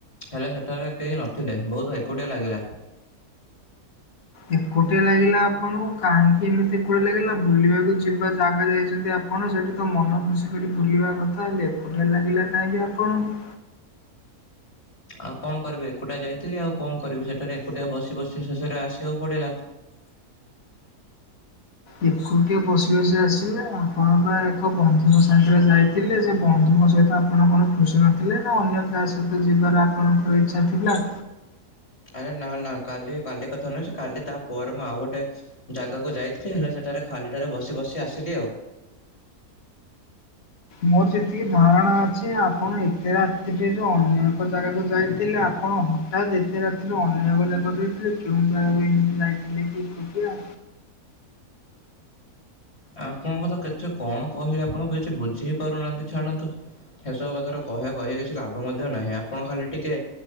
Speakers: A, on the left; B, on the left.
A: ହେଲେ ସେଠାରେ କେହି ନଥିଲେ। ବହୁତ୍ ଏକୁଟିଆ ଲାଗିଲା।
B: ଏକୁଟିଆ ଲାଗିଲା ଆପଣଙ୍କୁ। କାହିଁକି ଏମିତି ଏକୁଟିଆ ଲାଗିଲା ବୁଲିବାକୁ ଯିବା ଜାଗା ଯାଇଚନ୍ତି ଆପ ପଣ। ସେଇଠି ତ ମନ ଖୁସି କରି ବୁଲିବା କଥା। ହେଲେ ଏକୁଟିଆ ଲାଗିଲା କାହିଁକି ଆପଣଙ୍କୁ?
A: ଆଉ କଣ କରିବି, ଏକୁଟିଆ ଯାଇଥିଲି ଆଉ କଣ କରିବି ସେଠାରେ ଏକୁଟିଆ ବସି ବସି ଶେଷରେ ଆସିବାକୁ ପଡିଲା।
B: ଏକୁଟିଆ ବସି ବସି ଆସିଲେ ଆପଣବା ଏକ ବନ୍ଧୁଙ୍କ ସାଙ୍ଗେରେ ଯାଇଥିଲେ ସେବନ୍ଧୁଙ୍କ ସହିତ ଆ ଆପଣ କଣ ଖୁସି ନଥିଲେନା ଅନ୍ୟ କାହା ସହିତ ଯିବାର ଆପଣଙ୍କର ଇଚ୍ଛା ଥିଲା?
A: ଆରେ ନା ନା କାଲି କାଲି କଥା ନୁହେଁ ସେକାଲି ତାପରେ ମୁଁ ଆଉ ଗୋଟେ ଜାଗାକୁ ଯାଇଥିଲି ହେଲେ ସେଠାରେ ଖାଲିଟାରେ ବସି ବସି ଆସିଲି ଆଉ।
B: ମୋର ଯେତିକି ଧାରଣା ଅଛି ଆପଣ ଏତେ ରାତ୍ରିରୁ ଅନ୍ୟ ଏକ ଜାଗାକୁ ଯାଇଥିଲେ ଆପଣ ତାବି ଏତେ ରାତିରୁ ଅନ୍ଯ ଏକ ଜାଗାକୁ ଯାଇଥିଲେ କେଉଁ ଜାଗାକୁ ଏମିତି ଯାଇଥିଲେକି ଏକୁଟିଆ?
A: ଆପଣଙ୍କତ କେତେ କଣ କହିଲେ ଆପଣ କିଛି ବୁଝିହି ପାରୁନାହାନ୍ତି ଛାଡ଼ନ୍ତୁ। ସେସବୁ କଥାର କହିବା କହିବା କିଛି ଲାଭ ମଧ୍ୟ ନାହିଁ ଆପଣ ଖାଲି ଟିକେ